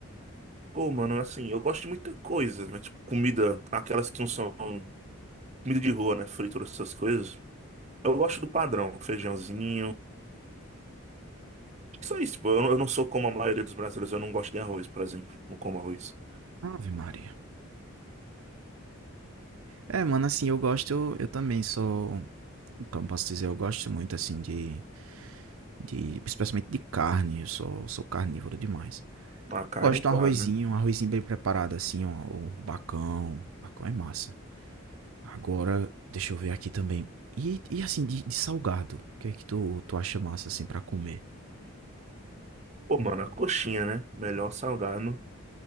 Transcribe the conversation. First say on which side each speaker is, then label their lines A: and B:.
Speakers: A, on the right (about 30°); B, on the right (about 75°).
A: Pô, mano, assim, eu gosto de muita coisa, mas, tipo, comida, aquelas que não são comida de rua, né? Fritura, essas coisas. Eu gosto do padrão, feijãozinho. Acho que Só isso, pô. Eu, não eu não sou como a maioria dos brasileiros, eu não gosto de arroz, por exemplo. Não como arroz.
B: Ave Maria. É, mano, assim, eu gosto, eu, eu também sou. Como posso dizer, eu gosto muito, assim, de. de... Especialmente de carne, eu sou, sou carnívoro demais.
A: Uma carne,
B: Gosto de
A: claro,
B: um arrozinho,
A: né?
B: um arrozinho bem preparado, assim, ó, ou um bacão. Bacão é massa. Agora, deixa eu ver aqui também. E, e assim, de, de salgado, o que é que tu, tu acha massa assim pra comer?
A: Pô, mano, a coxinha, né? Melhor salgado